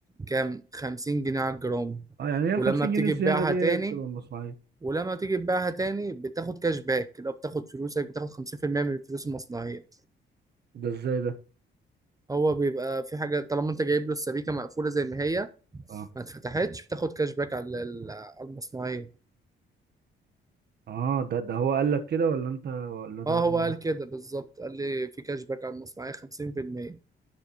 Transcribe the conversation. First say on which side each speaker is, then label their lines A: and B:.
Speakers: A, on the right; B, on the right.
A: كام خمسين جنيه على الجرام
B: اه يعني هي الخمسين
A: ولما بتيجي
B: جنيه الزيادة
A: تبيعها
B: دي هي
A: تاني
B: اللي بتبقى مصنعية
A: ولما بتيجي تبيعها تاني بتاخد كاش باك لو بتاخد فلوسك بتاخد خمسين في المية من الفلوس المصنعية
B: ده ازاي ده؟
A: هو بيبقى في حاجة طالما انت جايب له السبيكة مقفولة زي ما هي
B: اه
A: ما اتفتحتش بتاخد كاش باك على ال- على المصنعية
B: اه ده ده هو قال لك كده ولا انت ولا ده
A: اه
B: هو
A: هو قال
B: اللي-
A: كده بالظبط قال لي في كاش باك على المصنعية خمسين في المية